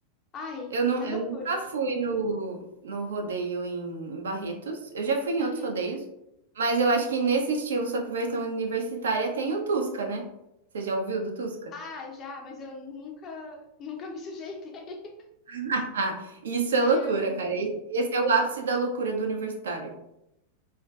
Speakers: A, on the left; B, on the right.
A: Ai,
B: Eu não
A: mas
B: eu
A: loucura.
B: nunca fui no no rodeio em Barretos. Eu já fui em
A: Uhum.
B: outros rodeios, mas eu acho que nesse estilo, só que versão universitária, tem o Tusca, né. Você já ouviu do Tusca?
A: Ah, já, mas eu nunca, nunca me sujeitei <laughs>
B: <laughs> Ah, Isso
A: a
B: é loucura,
A: ir ao Tuca.
B: cara. Esse esse é o ápice da loucura do universitário.